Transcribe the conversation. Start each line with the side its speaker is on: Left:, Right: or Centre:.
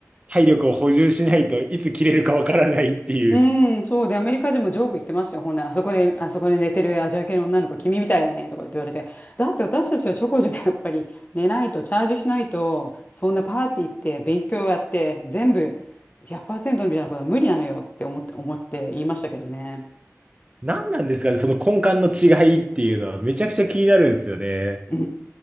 Right: 体力を補充しないといつ切れるかわからないっていう。
Left: うん、そうで、アメリカ人もジョーク言ってましたよ。ほんならあそこで、あそこで寝てるアジア系の女の子、君みたいだね、とか言って言われて。だって私たちはちょこちょこやっぱり寝ないと、チャージしないと、そんなパーティー行って、勉強やって、全部100%みたいなことは無理なのよって思って、思って言いましたけどね。
Right: 何なんですかね、その根幹の違いっていうのはめちゃくちゃ気になるんですよね。
Left: うー